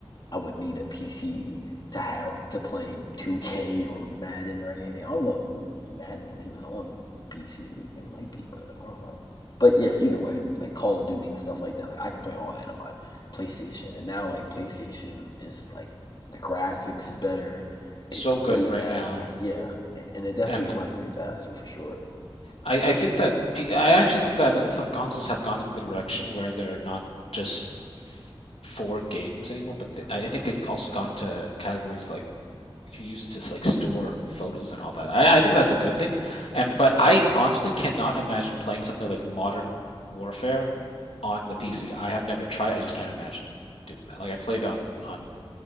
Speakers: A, on the left; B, on the left.
A: I would need a PC to have to play 2K or Madden or anything. I don't know if Madden's even on PC. It might be, but I don't know. But yeah, either way, like Call of Duty and stuff like that, like, I can play all that on my PlayStation. And now like PlayStation is like the graphics is better. It's
B: So
A: way
B: good right
A: faster.
B: now.
A: Yeah, and it definitely
B: And
A: runs way faster for sure.
B: I, I think that I actually think that uh, some consoles have gone in the direction where they're not just f- for games anymore, but they, I think they've also gone to categories like you use it to like store photos and all that. I, I think that's a good thing. And but
A: Yeah,
B: I honestly
A: sure.
B: cannot imagine playing something like Modern Warfare on the PC. I have never tried. I just can't imagine doing that. Like I played on on